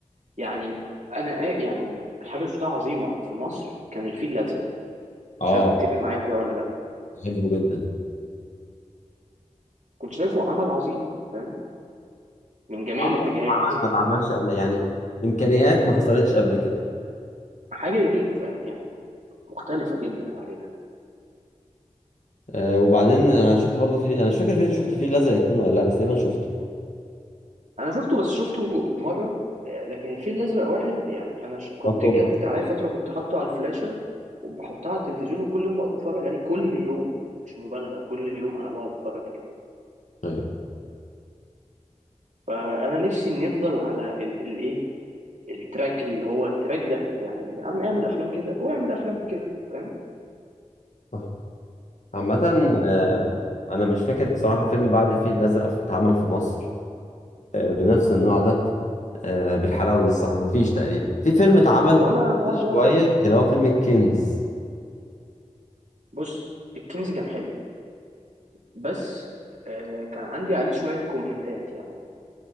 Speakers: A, on the right; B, on the left.
A: يعني انا آ- يعني الحاجه اللي شفتها عظيمه في مصر كان الفيل الازرق
B: اه
A: مش عارف تتفق معايا في ده ولا لا
B: بحبه جدا
A: كنت شايفه عمل عظيم فاهم من جميع
B: عمل
A: الاتجاهات
B: عمل ما اتعملش قبل يعني امكانيات ما حصلتش قبل كده
A: حاجه يونيك فاهم يعني مختلفه جدا علينا
B: آه وبعدين انا شفت برضه فيلم انا مش فاكر فيلم شفت فيه الازرق اتنين ولا لا بس تقريبا شفته
A: انا شفته بس شفته مره آه، لكن الفيل الازرق واحد يعني انا ش... كنت
B: وات اوبر
A: جت عليا فتره كنت حاطه على الفلاشه وبحطها على التلفزيون وكل يوم بقعد اتفرج عليه كل يوم مش مبالغه كل يوم انا بقعد اتفرج عليه
B: ايوه
A: فانا نفسي نفضل على ال- الايه التراك اللي هو التراك ده يعني يا عم اعمل افلام كده واعمل افلام كده فاهم
B: صح. عامة آه، أنا مش فاكر بصراحة فيلم بعد الفيل الأزرق اتعمل في مصر آه، بنفس النوع ده آه، بالحلاوة دي الصراحة مفيش تقريبا في فيلم اتعمل
A: ولا بعد ولا
B: شوية
A: قبل
B: اللي هو فيلم الكنز
A: بص الكنز كان حلو بس آه، كان عندي عليه شوية كومنتات يعني